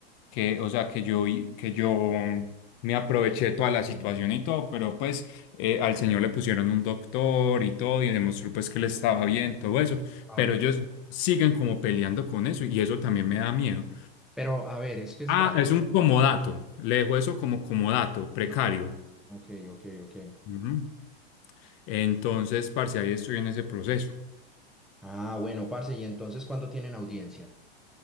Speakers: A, on the left (about 40°); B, in the centre.
A: que, o sea, que yo, y- que yo me aproveché de toda la situación y todo, pero pues eh, al señor le pusieron un doctor y todo y demostró pues que le estaba bien, todo eso.
B: Ah,
A: Pero
B: ok.
A: ellos siguen como peleando con eso y eso también me da miedo.
B: Pero a ver, es que es
A: Ah,
B: raro.
A: es un comodato. Le dejo eso como comodato, precario.
B: ¿no? Ok, ok, ok.
A: Ujú. Entonces, parce, ahí estoy en ese proceso.
B: Ah, bueno, parce, ¿y entonces cuándo tienen audiencia?